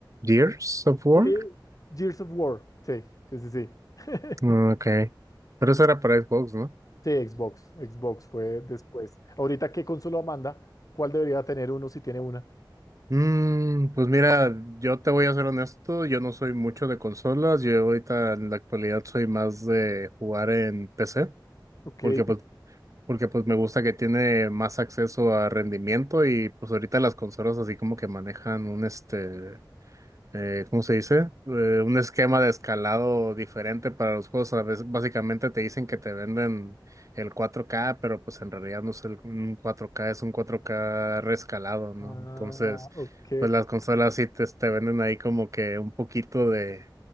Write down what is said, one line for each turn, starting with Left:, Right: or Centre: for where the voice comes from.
Right: Gears of War?
Left: Sí, Gears of War. Sí, sí, sí, sí. <laughs>
Right: Ah, Ok, pero eso era para Xbox, ¿no?
Left: Sí, Xbox. Xbox fue después. Ahorita, ¿qué consola manda? ¿Cuál debería tener uno si tiene una?
Right: Mm, pues mira, yo te voy a ser honesto, yo no soy mucho de consolas, yo ahorita en la actualidad soy más de jugar en PC,
Left: Ok.
Right: porque
Left: y-
Right: pues, porque pues me gusta que tiene más acceso a rendimiento y pues ahorita las consolas así como que manejan un este eh, ¿cómo se dice? Eh, un esquema de escalado diferente para los juegos. A veces básicamente te dicen que te venden el cuatro k pero pues en realidad no es el, un cuatro k es un cuatro k reescalado, ¿no?
Left: Ah,
Right: Entonces,
Left: ok.
Right: pues las consolas sí te, te venden ahí como que un poquito de,